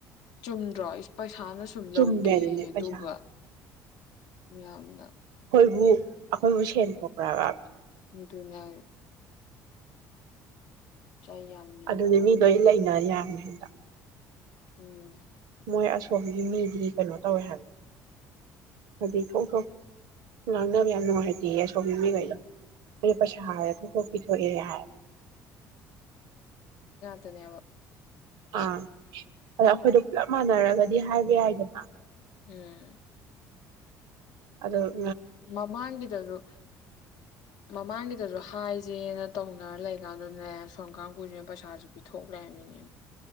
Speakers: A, on the left (about 70°); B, on the right (about 80°).
A: ꯆꯨꯝꯗ꯭ꯔꯣ ꯏꯁ ꯄ ꯏꯁꯥꯅ ꯁꯨꯝ ꯂꯧꯒꯦꯌꯦ
B: ꯆꯨꯝꯃꯦ ꯑꯗꯨꯅꯦ
A: ꯑꯗꯨꯒ
B: ꯄꯩꯁꯥ
A: ꯃꯤꯌꯥꯝꯅ
B: ꯕꯨ ꯑꯩꯈꯣꯏꯕꯨ ꯁꯦꯟꯊꯣꯛꯈ꯭ꯔꯕ
A: ꯎ ꯑꯗꯨꯅ ꯆꯩ ꯌꯥꯝ ꯅꯤꯕ
B: ꯑꯗꯨꯅꯦ
A: ꯊꯕꯛꯅꯤꯅ
B: ꯃꯤꯗꯣ ꯑꯩ ꯂꯩꯅ
A: ꯇꯧꯔꯤꯁꯦ
B: ꯌꯥꯅꯤ ꯍꯟꯗ
A: ꯎꯝ
B: ꯃꯣꯏ ꯑꯁꯣꯝꯒꯤ ꯃꯤꯗꯤ ꯀꯩꯅꯣ ꯇꯧꯋꯦ ꯍꯥꯏꯕ ꯍꯥꯏꯗꯤ ꯊꯣꯛ ꯊꯣꯛ ꯂꯥꯡꯅꯕ ꯌꯥꯝ ꯅꯨꯡꯉꯥꯏꯇꯦ
A: ꯎꯝ
B: ꯑꯁꯣꯕꯤ ꯃꯤꯈꯩꯅ <inaudible> ꯃ ꯄꯁꯥ ꯍꯥꯏ ꯊ ꯊ ꯑ
A: ꯇꯅꯕ
B: ꯑꯥ ꯑꯗ ꯑꯩꯈꯣꯏꯗꯣ ꯄꯨꯂꯞ ꯃꯥꯟꯅꯔꯒꯗꯤ ꯍꯥꯏꯕ ꯌꯥꯏꯗꯅ
A: ꯎꯝ
B: ꯑꯗꯨꯗ
A: ꯃꯃꯥꯡꯒꯤꯗꯁꯨ ꯃꯃꯥꯡꯒꯤꯗꯁꯨ ꯍꯥꯏꯁꯦꯅ ꯇꯧꯅꯔ ꯂꯩꯀꯥꯟꯗꯨꯗꯅꯦ ꯁꯝ ꯀꯥꯡꯈꯁꯤꯅ ꯄꯩꯁꯥꯥꯁꯦ ꯄꯤꯊꯣꯛ꯭ꯔꯦꯕꯃꯤꯅꯦ